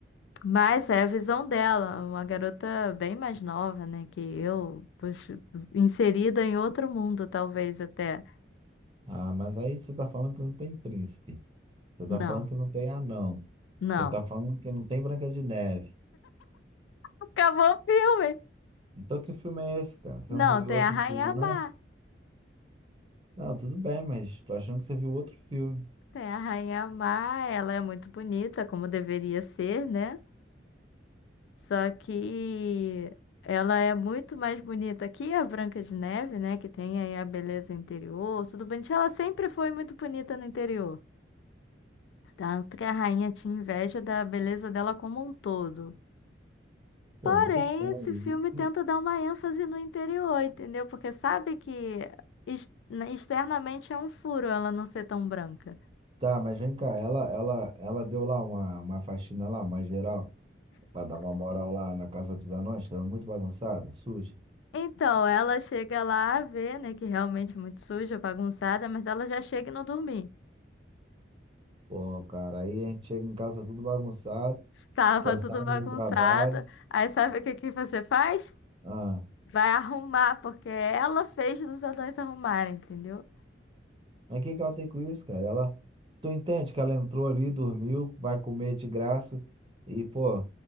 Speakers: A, on the left; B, on the right.
A: Mas é a visão dela, uma garota bem mais nova, né? Que eu, puxa, inserida em outro mundo, talvez até.
B: Ah, mas aí você tá falando que não tem príncipe. Você tá
A: Não,
B: falando que não tem anão.
A: não.
B: Você tá falando que não tem Branca de Neve.
A: Acabou o filme.
B: Então que filme é esse, cara? Você
A: Não,
B: não viu
A: tem
B: outro
A: a Rainha
B: filme, não?
A: Má.
B: Não, tudo bem, mas tô achando que você viu outro filme.
A: Tem a Rainha Má, ela é muito bonita, como deveria ser, né? Só que ela é muito mais bonita que a Branca de Neve, né? Que tem aí a beleza interior. Tudo bem que ela sempre foi muito bonita no interior. Tanto que a rainha tinha inveja da beleza dela como um todo.
B: Pô,
A: Porém,
B: muito estranho.
A: esse filme tenta
B: E-
A: dar uma ênfase no interior, entendeu? Porque sabe que ex- externamente é um furo ela não ser tão branca.
B: Tá, mas vem cá, ela, ela, ela deu lá uma, uma faxina lá, mais geral, pra dar uma moral lá na casa dos anões, que era muito bagunçada, suja.
A: Então, ela chega lá a ver, né, que realmente é muito suja, bagunçada, mas ela já chega e não dormir.
B: Pô, cara, aí a gente chega em casa tudo bagunçado,
A: Tava
B: cansado
A: tudo bagunçado.
B: do trabalho.
A: Aí sabe o que que você faz?
B: Ah,
A: Vai arrumar, porque ela fez os anões arrumarem, entendeu?
B: mas o que que ela tem com isso, cara? Ela, tu entende que ela entrou ali, dormiu, vai comer de graça e, pô,